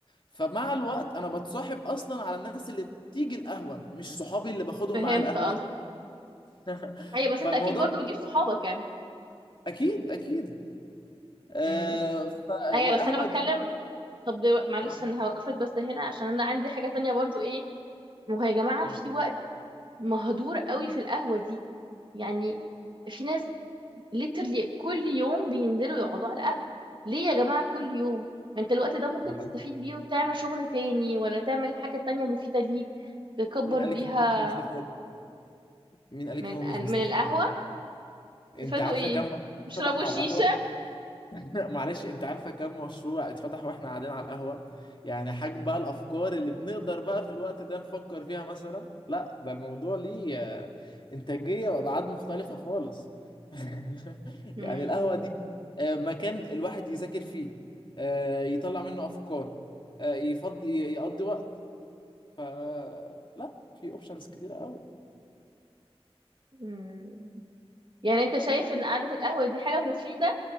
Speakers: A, on the left; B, on the right.
A: فمع الوقت انا بتصاحب اصلا على الناس اللي بتيجي القهوه مش صحابي اللي باخدهم
B: فهمت
A: معايا القهوه
B: قصدك
A: <laughs>
B: ايوه بس انت
A: فالموضوع
B: اكيد برضو بتجيب صحابك يعني
A: اكيد اكيد آه
B: امم
A: فالقهوه
B: ايوه بس انا بتكلم
A: دي
B: طب دلو- معلش
A: اه
B: انا هوقفك بس هنا عشان انا عندي حاجة تانية برضو ايه ما هو يا جماعة
A: اه
B: في وقت مهدور قوي في القهوة دي يعني في ناس literally كل يوم بينزلوا يقعدوا على القهوة ليه يا جماعة كل يوم ما انت الوقت ده ممكن
A: معلش
B: تستفيد بيه وتعمل شغل تاني ولا تعمل حاجة تانية مفيدة ليك تكبر
A: مين قال
B: بيها
A: لك ان هو مش بيستفاد مين قال لك
B: من
A: ان هو مش بيستفاد
B: من القهوة
A: انت
B: استفادوا
A: عارفه
B: ايه
A: كم مشروع
B: يشربوا
A: اتفتح على
B: شيشة
A: القهوه <laughs> معلش انت عارفه كم مشروع اتفتح واحنا قاعدين على القهوه يعني حجم بقى الافكار اللي بنقدر بقى في الوقت ده نفكر فيها مثلا لا ده الموضوع ليه آه، انتاجيه وابعاد مختلفه خالص <laughs>
B: مم.
A: يعني القهوه دي آه، مكان الواحد يذاكر فيه آه، يطلع منه افكار آه، يفضي يقضي وقت فلا في اوبشنز كتير قوي
B: مم. يعني انت شايف ان قعدة القهوة دي حاجة مفيدة